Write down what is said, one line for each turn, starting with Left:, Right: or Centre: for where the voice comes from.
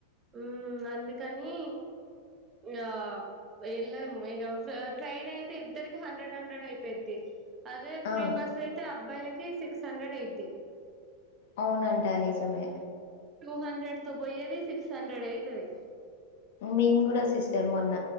Right: హమ్ అందుకని ఆ ఎల్లమ్ ఇగ ట్రైన్ అయితే ఇద్దరికి హండ్రెడ్ హండ్రెడ్ అయిపోయిద్ది అదే
Left: ఆ
Right: ఫ్రీ బస్ అయితే అబ్బాయిలకి సిక్స్ హండ్రెడ్ అయిది
Left: అవునంటా నిజమే
Right: టూ హండ్రెడ్ తో పోయేది సిక్స్ హండ్రెడ్ అయితాది
Left: మేము కూడా సిస్టర్ మొన్న